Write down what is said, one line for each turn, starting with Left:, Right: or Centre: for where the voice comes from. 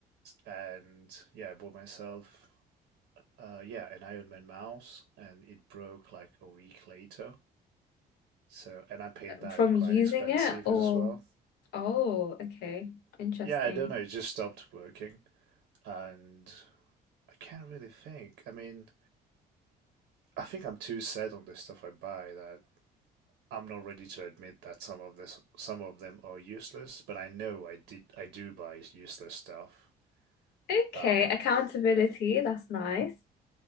Right: And yeah, I bought myself, uh, yeah, an Iron Man mouse and it broke like a week later. So, and I paid that
Left: from
Right: quite
Left: using
Right: expensive
Left: it or,
Right: as well.
Left: oh, okay, interesting.
Right: Yeah, I don't know. It just stopped working. And I can't really think. I mean, I think I'm too set on the stuff I buy that I'm not ready to admit that some of this, some of them are useless, but I know I did, I do buy useless stuff.
Left: Okay,
Right: Um,
Left: accountability, that's nice.